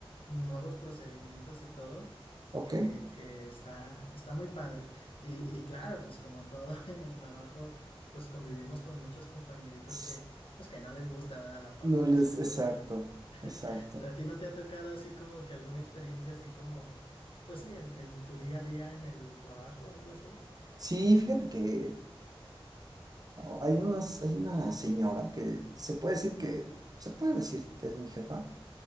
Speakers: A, on the left (about 65°); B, on the right (about 40°).
A: nuevos procedimientos y todo
B: ok.
A: que, que está, está muy padre. Y, y claro, pues como todo <laughs> en el trabajo, pues convivimos con muchos compañeritos
B: S-
A: que, pues que no les gusta, ¿verdad? La forma
B: No
A: de
B: les,
A: ser de
B: exacto,
A: uno.
B: exacto.
A: <laughs> ¿A ti no te ha tocado así como que alguna experiencia así como, pues sí, en, en tu día a día en el trabajo, algo así?
B: Sí, fíjate que oh, hay unas, hay una señora que se puede decir que, se puede decir que es mi jefa.